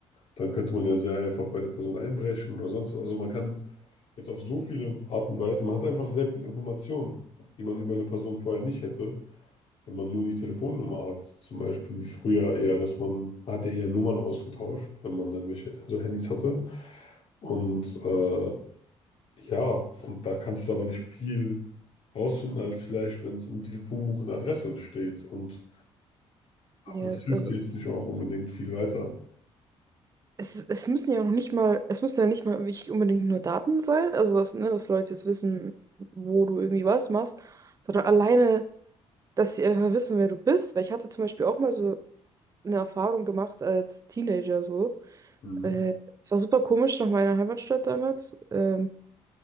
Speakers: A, on the left (about 55°); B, on the right (about 30°).
A: dann könnte man ja sehr einfach bei der Person einbrechen oder sonst was. Also man kann jetzt auf so viele Art und Weise, man hat einfach sehr viel Information, die man über eine Person vorher nicht hätte, wenn man nur die Telefonnummer hat. Zum Beispiel wie früher eher, dass man, man hat ja eher Nummern ausgetauscht, wenn man dann welche, so Handys hatte. Und äh, ja, und da kannst du aber nicht viel rausfinden, als vielleicht, wenn es im Telefonbuch eine Adresse steht. Und, aber
B: ja,
A: das hilft
B: also,
A: dir jetzt nicht auch unbedingt viel weiter.
B: Es, ist- es müssen ja noch nicht mal, es müssen ja nicht mal wirklich unbedingt nur Daten sein, also dass, ne, dass Leute jetzt wissen, wo du irgendwie was machst, sondern alleine, dass sie einfach wissen, wer du bist. Weil ich hatte zum Beispiel auch mal so eine Erfahrung gemacht als Teenager so.
A: Mhm.
B: Äh, es war super komisch nach meiner Heimatstadt damals. Ähm,